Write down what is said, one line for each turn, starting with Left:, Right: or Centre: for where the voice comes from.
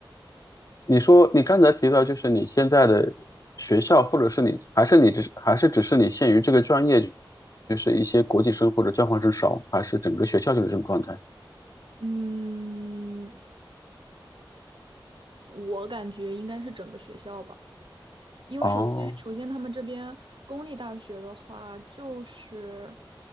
Left: 你说你刚才提到，就是你现在的学校，或者是你还是你只是还是只是你限于这个专业，就是一些国际生或者交换生少，还是整个学校就是这种状态？
Right: 嗯，我感觉应该是整个学校吧。因为首先，
Left: 哦
Right: 首先他们这边公立大学的话，就是